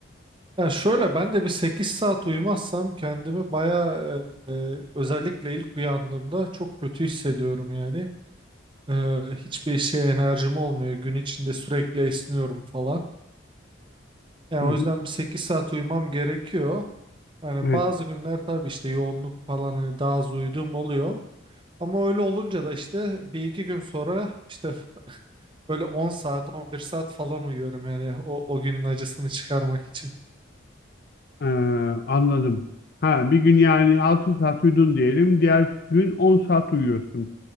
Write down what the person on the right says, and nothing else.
Ya şöyle ben de bir 8 saat uyumazsam kendimi bayağı e, e, özellikle ilk uyandığımda çok kötü hissediyorum yani. E, hiçbir işe enerjim olmuyor. Gün içinde sürekli esniyorum falan. Yani
o
yüzden bir 8 saat uyumam gerekiyor. Yani
bazı günler tabii işte yoğunluk falan hani daha az uyuduğum oluyor. Ama öyle olunca da işte bir iki gün sonra işte böyle 10 saat 11 saat falan uyuyorum yani o, o günün acısını çıkarmak için.